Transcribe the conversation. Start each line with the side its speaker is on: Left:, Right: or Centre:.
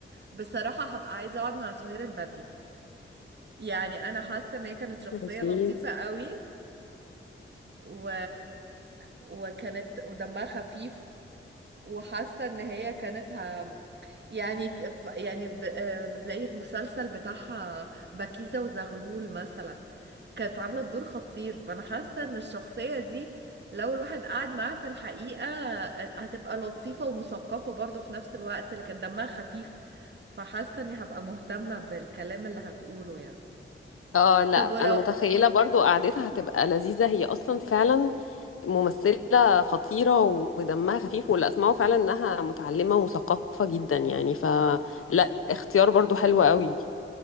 Right: بصراحة هبقى عايزة اقعد مع سهير البابلي يعني انا حاسة ان هي كانت شخصية
Left: لذيذ
Right: لطيفة قوي و... وكانت ودمها خفيف وحاسة ان هي كانت ه... يعني ك- ف- يعني ب... آه، زي المسلسل بتاعها بكيزة وزغلول مثلا كانت عاملة الدور خطير فأنا حاسة إن الشخصية دي لو الواحد قعد معاها في الحقيقة هتبقى لطيفة ومثقفة برضه في نفس الوقت لكن دمها خفيف فحاسة إني هبقى مهتمة بالكلام اللي هتقوله يعني
Left: اه لا
Right: طب
Left: انا
Right: ولو
Left: متخيله برضو قعدتها هتبقى لذيذه هي اصلا فعلا ممثله خطيره ودمها خفيف واللي اسمعه فعلا انها متعلمه ومثقفه جدا يعني فلا اختيار برضو حلو قوي